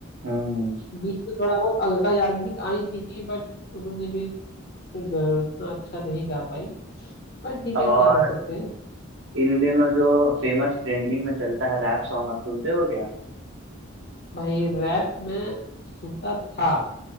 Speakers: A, on the right; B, on the left.
A: हम्म हम्म।
B: बीच में थोड़ा बहुत अलका याग्निक आई थी बट उन्होंने भी कुछ गा- उतना अच्छा नहीं गा पाई पर ठीक है
A: और
B: क्या कर सकते हैं
A: इन दिनों जो फेमस ट्रेंडिंग में चलता है रैप सॉन्ग आप सुनते हो क्या
B: भाई रैप में सुनता था